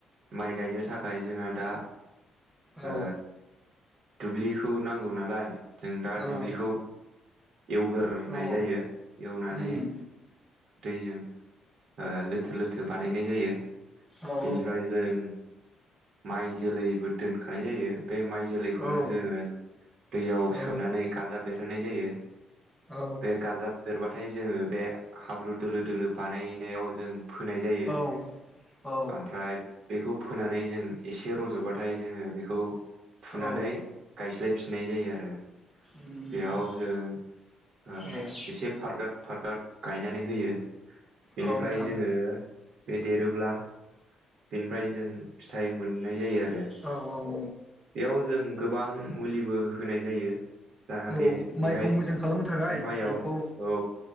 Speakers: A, on the right; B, in the centre.
A: माइ गायनो थाखाय जोंना दा
B: औ
A: ओ दुब्लिखौ नांगौ नालाय। जों दा
B: औ
A: दुब्लिखौ एवगोरनाय
B: औ
A: जायो। एवनानै
B: उम
A: दैजों ओ लोथो लोथो बानायनाय जायो।
B: औ
A: बेनिफ्राय जों माइ जोलैबो दोनखानाय जायो। बे माइ जोलैखौनो
B: औ
A: जोङो दैयाव
B: औ
A: सोमनानै गाजाब बेरहोनाय जायो।
B: औ
A: बे गाजा बेरबाथाय जोङो बे हाब्रु दोलो दोलो बानायनायाव जों फोनाय जायो।
B: औ औ
A: ओमफ्राय बेखौ फोनानै जों एसे रज'बाथाय जोङो बेखौ फुनानै
B: औ उम
A: गायस्लायफिन नाय जायो आरो। बेयाव
B: उम
A: जों ओ
B: औ
A: एसे फारगार फारगार गायनानै होयो। बेनिफ्राय
B: औ नोंथां
A: जोङो बे देरोब्ला बेनिफ्राय जों फिथाइ मोननाय जायो। आरो
B: औ औ औ।
A: बेयाव जों गोबां मुलिबो होनाय जायो। जाहाथे
B: औ
A: बेहाय
B: माइखौ मोजां खालामनो थाखाय
A: बे माइयाव
B: एम्फौ
A: औ।